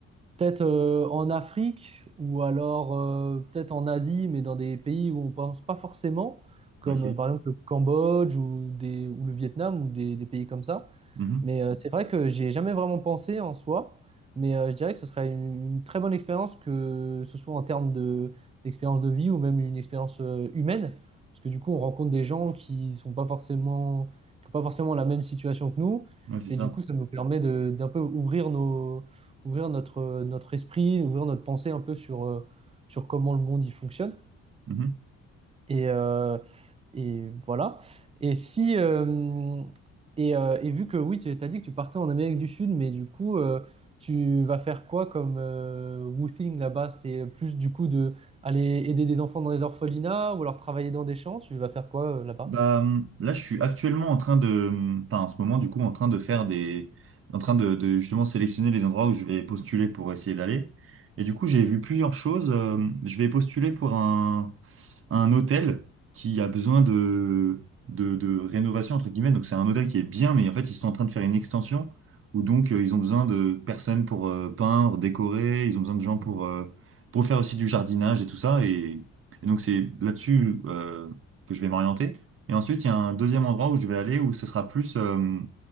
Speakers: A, on the right (about 20°); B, on the right (about 45°).
A: Peut-être euh, en Afrique ou alors euh, peut-être en Asie, mais dans des pays où on pense pas forcément, comme
B: Ok.
A: euh, par exemple le Cambodge ou, des, ou le Vietnam ou des, des pays comme ça.
B: Mhm.
A: Mais euh, c'est vrai que j'y ai jamais vraiment pensé en soi, mais euh, je dirais que ce serait une, une très bonne expérience, que ce soit en termes de, d'expérience de vie ou même une expérience euh, humaine, parce que du coup on rencontre des gens qui sont pas forcément, qui ont pas forcément la même situation que nous,
B: Ouais, c'est
A: et
B: ça.
A: du coup ça nous permet de, d'un peu ouvrir nos, ouvrir notre, notre esprit, ouvrir notre pensée un peu sur, euh, sur comment le monde y fonctionne.
B: Mhm.
A: Et, euh, et voilà. Et si euh, et, euh, et vu que oui, tu as dit que tu partais en Amérique du Sud, mais du coup, euh, tu vas faire quoi comme euh, woofing là-bas? C'est plus du coup de aller aider des enfants dans les orphelinats ou alors travailler dans des champs? Tu vas faire quoi euh, là-bas?
B: Bah, hum, là, je suis actuellement en train de, hum, enfin, en ce moment, du coup, en train de faire des, en train de, de justement sélectionner les endroits où je vais postuler pour essayer d'aller. Et du coup, j'ai vu plusieurs choses. Euh, Je vais postuler pour un, un hôtel qui a besoin de, de, de rénovation, entre guillemets. Donc, c'est un hôtel qui est bien, mais en fait, ils sont en train de faire une extension où donc, euh, ils ont besoin de personnes pour euh, peindre, décorer. Ils ont besoin de gens pour, euh, pour faire aussi du jardinage et tout ça. Et, et donc, c'est là-dessus, euh, que je vais m'orienter. Et ensuite, il y a un deuxième endroit où je vais aller où ce sera plus euh,